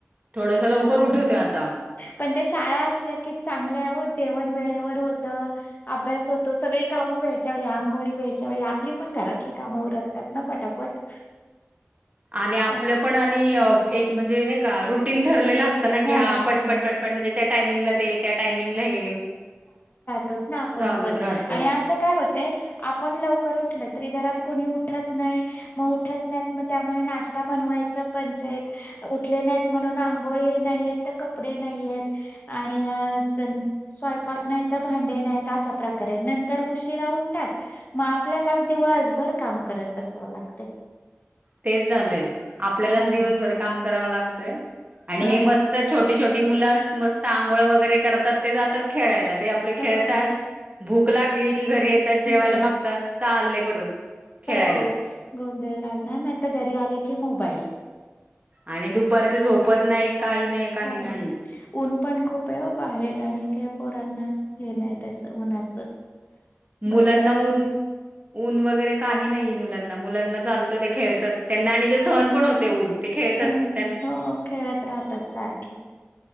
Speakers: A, on the right (about 35°); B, on the left (about 45°).
A: थोडंस लवकर
B: हा
A: उठवते आता.
B: पण ते शाळा असल्या की चांगल आहे ओ. जेवण वेळेवर होत, अभ्यास होतो, सगळी कामं वेळच्या वेळी. आंघोळी वेळच्या वेळी, आपली पण घरातली कामं उरकतात ना पटापट.
A: आणि आपलं
B: काय
A: पण आणि एक म्हणजे नाही का रुट टीन ठरलेला
B: रोटे
A: असत ना कि हा
B: ठरलेलं.
A: पटपट पटपट म्हणजे त्या टायमिंगला ते, त्या टायमिंगला हे
B: त ना आपण
A: चालत
B: पण.
A: राहतं
B: आणि असं काय होतय आपण लवकर उठल तरी घरात कोणी उठ ठत नाही. मग उठत नाहीत मग त्यामुळे नाश्ता बनवायच पंचायत. उठले नाहीत म्हणून आंघोळी नाहीयेत तर कपडे नाहीयेत. आणि आ चं स्वयंपाक नाही तर भांडे नाहीत. असा प्रकार आहे. नंतर उशिरा उठतात मग आपल्यालाच दिवसभर काम करत बसावं लागत.
A: तेच झालंय. आपल्यालाच
B: हा
A: दिवसभर काम कराव लागतंय आणि
B: हा
A: हे मस्त छो टी छोटी मुलं मस्त आंघोळ वगैरे करतात ते जातात खेळायला. ते आपले खेळतात
B: हो
A: भूक लागली की घरी येतात. जेवायला
B: घरी
A: मागतात. चालले परत. खेळायला
B: हो गोंधळ घालणार. नाही तर घरी आले की मोबाईल.
A: आणि दुपारचे झोपत नाहीत काही नाही. काही
B: काय?
A: नाही
B: ऊन पण खूप प आहे ओ बाहेर. आणि काय पोरांना हे नाही त्याच उन्हाचं.
A: मुलांना
B: बसतात खेळ
A: ऊन ऊन वगैरे काही नाही मुलांना. मुलांना चालतं ते खेळतात. त्यांना आणि ते स सहन पण होतय ऊन. ते खेळतात,
B: सण
A: त्यां
B: हो खेळत राहतात सारखे.